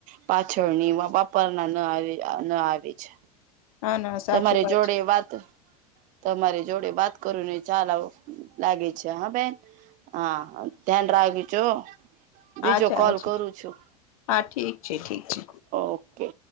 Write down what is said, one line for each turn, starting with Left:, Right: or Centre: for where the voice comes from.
Right: પાછળની બાપરના ન આવી ન આવી છે.
Left: હા ના સાચું
Right: તમારી જોડે
Left: છે
Right: વાત તમારી જોડે વાત કરું ને ચાલવ લાગે છે હા બેન. હા ધ્યાન રાાગજો. બીજો
Left: અચ્છા
Right: કોલ
Left: અચ્છા
Right: કરું
Left: ઠીક
Right: છું
Left: હા ઠીક છે ઠીક છે
Right: ઓકે.